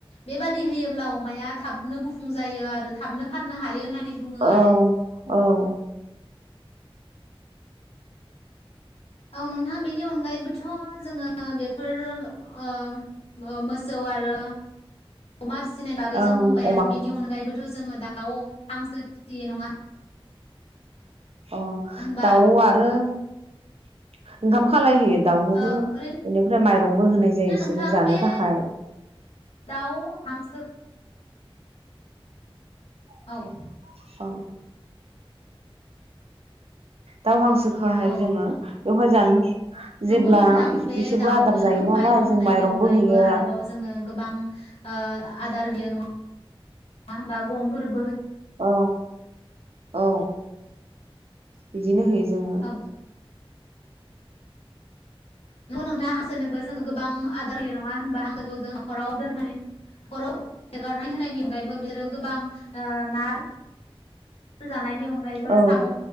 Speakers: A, on the left; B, on the right.
A: बेबादि होयोब्ला अमाया थाबनो गुफुं जायो आरो थाबनो फाननो हायोना <unintelligible> बुङो
B: औ
A: आरो
B: औ
A: औ नोंथां बेनि अनगायैबोथ' जोङो बेफोर ओ ओ मोसौ आरो अमा फिसिनाय बागै
B: औ
A: जों बुंबायानो
B: अमा
A: बेनि अनगायैबो थ' जोङो दा दाउ हांसो फिसियो नङा होनबा
B: अ
A: होनबा
B: दाउ आरो ओंखामखौ खालायहोयो दाउनोबो
A: ओ ओरैनो
B: बेनिफ्राय माइरंबो होनाय जायो इसोरनो
A: नोंथां
B: जानो
A: बे
B: थाखाय
A: दाउ हांसो औ
B: <inaudible> अ दाउ हांसोखौहाय
A: औ
B: जोङो बेवहाय जानो
A: नंगौ
B: जेब्ला
A: नोंथां बे
B: बिसोरबो
A: दाउनो
B: आदार जायो नालाय
A: माइरं
B: जों
A: होनायनि
B: माइरंबो
A: अनगायैबो
B: होयो
A: आरोबाव जोङो गोबां ओ आदार होयो नङा होम्बा गमफोर <unintelligible>
B: औ औ बिदिनो होयो जों जोङो
A: औ नंगौ नोंथां हांसोनोबो जोंङो गोबां आदार होयो नङा होनबा हांसोखौ जों न'खराव दोननाय न'खराव हेगारनाय होनायनि अनगायैबो बिसोरो गोबां ना जानायनि अन ओमफ्रायबो
B: औ
A: साम'